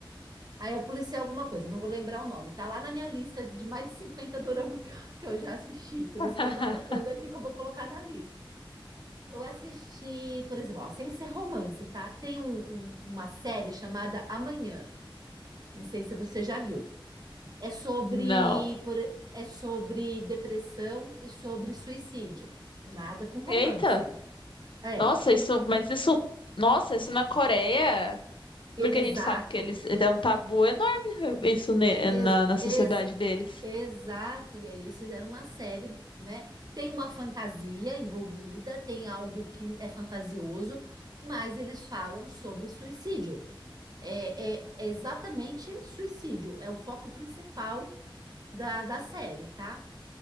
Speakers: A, on the right (about 50°); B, on the left (about 70°).
A: Ah, é o policial alguma coisa, não vou lembrar o nome. Tá lá na minha lista de mais de 50 dorama que eu que eu já assisti, por
B: <laughs>
A: isso que eu tô anotando aqui que eu vou colocar na lista. Eu assisti, por exemplo, ó, sem ser romance, tá? Tem um- um- uma série chamada Amanhã, não sei se você já viu. É sobre,
B: Não.
A: por- é sobre depressão e sobre suicídio. Nada com romance.
B: Eita,
A: É,
B: nossa, isso, mas isso, nossa, isso na Coreia,
A: e-
B: porque
A: exato.
B: a gente sabe que eles é um tabu enorme isso ne-
A: É-
B: na,
A: ex-
B: na sociedade
A: ex-
B: deles.
A: exato. E aí eles fizeram uma série, né? Tem uma fantasia envolvida, tem algo que é fantasioso, mas eles falam sobre suicídio. É, é- é exatamente suicídio. É o foco principal da, da série, tá?